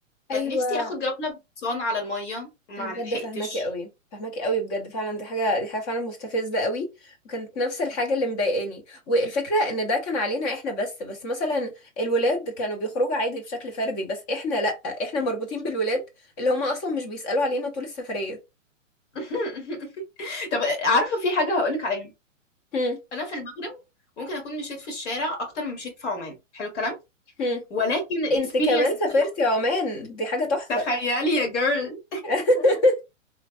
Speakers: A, on the left (about 60°); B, on the left (about 30°).
A: كان
B: ايوه
A: نفسي اخد جوله بحصان على الميه ما
B: انا بجد
A: لحقتش
B: فاهماكي قوي فاهماكي قوي بجد فعلا دي حاجه دي حاجه فعلا مستفزه قوي وكانت نفس الحاجه اللي مضايقاني والفكره ان ده كان علينا احنا بس بس مثلا الولاد كانوا بيخرجوا عادي بشكل فردي بس احنا لا احنا مربوطين بالولاد اللي هما اصلا مش بيسالوا علينا طول السفريه
A: <laughs> طب عارفة في حاجة هقولك عليها
B: هم
A: انا في المغرب ممكن اكون مشيت في الشارع اكتر من مشيت في عمان حلو الكلام
B: هم
A: ولكن الاكسبيرينس
B: انت كمان
A: اتسلحت.
B: سافرتي عمان دي حاجه تحفه
A: تخيلي يا جيرل
B: <laughs>